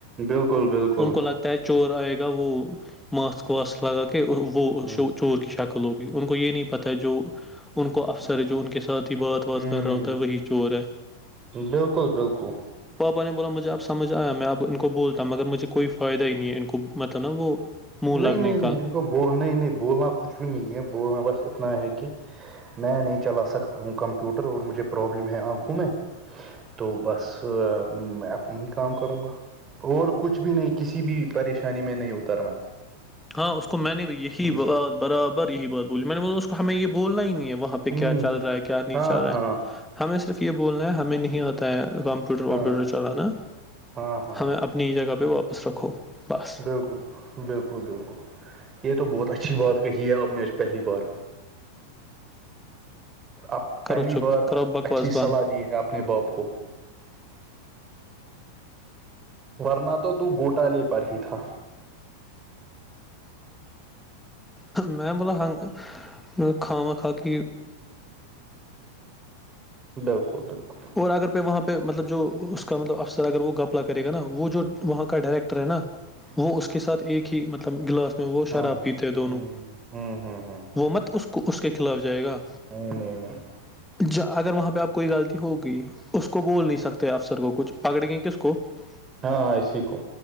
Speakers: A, on the right (about 25°); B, in the centre.
A: بالکل بالکل
B: ان کو لگتا ہے چور آئے گا وہ ماسک واسک لگا کے وہ
A: ہ
B: چور کی شک ہووگی ان کو یہ نہیں پتا جو ان کو افسر ہے جو ان کے ساتھ ساتھ ہی بات وات
A: ہ
B: کر رہا ہوتا ہے وہی چور ہے
A: بالکل بالکل
B: پاپا نے بولا مجھے اب سمجھ آیا میں ا ان کو بولتا مگر مجھے کوئی فائد ہی نہیں ہے ان کو مط نا وہ منہ
A: نہیں
B: لگنے
A: نہیں
B: کا
A: نہیں ان کو نہیں نہیں بولنا کچھ بھی نہیں ہے بولنا بس اتنا ہے کہ میں نہیں چلا سکتا ہوں کمپیوٹر اور مجھے پرابلم ہے آنکھوں میں تو بس میں اپنی ہی کام کروں گا اور کچھ بھی نہیں کسی بھی پریشانی میں نہیں اترنا
B: ہاں اس کو میں نے یہی
A: ہ
B: بات برابر یہی بات بولی میں نے بو اس کو ہمیں یہ بولنا ہی نہیں ہے وہاں
A: ہوں
B: کیا چل رہا کیا نہیں
A: ہاں
B: چل
A: ہاں
B: رہا ہے ہمیں صرف یہ بولنا ہے ہمیں نہیں آتا ہے کمپیوٹر
A: ہاں
B: ومپیوٹر چلانا
A: ہاں ہاں
B: ہمیں اپنی ہی جگہ پہ واپس رکھو بس
A: بالکل بالکل بالکل یہ تو بہت اچھی بات کہی ہے آپ نے آج پہلی بار اب پہلی
B: کرو چپ
A: بار
B: کرو بکواس
A: اچھی
B: بند
A: صلاح دی ہے اپنے باپ کو ورنہ تو تو گوٹالے پر ہی تھا
B: میں بولا ہنگ کھا <unintelligible>
A: بالکل بالکل
B: اور اگر پہ وہاں پہ مطلب جو اس کا مطلب افسر اگر وہ گپلا کرے گا نا وہ جو وہاں کا ڈائریکٹر ہے نا وہ اس کے ساتھ ایک ہی مطلب گلاس میں وہ
A: ہاں
B: شراب
A: ہاں
B: پیتے ہیں دونوں
A: ہ ہ ہ ہ
B: حکومت اس کو اس کے خلاف جائے گا
A: نہیں نہیں نہیں
B: ج اگر وہاں پہ آپ کوئی غلطی ہوگی اس کو بول نہیں سکتے افسر کو کچھ پکڑ گئ کس کو <unintelligible>
A: ہاں اسی کو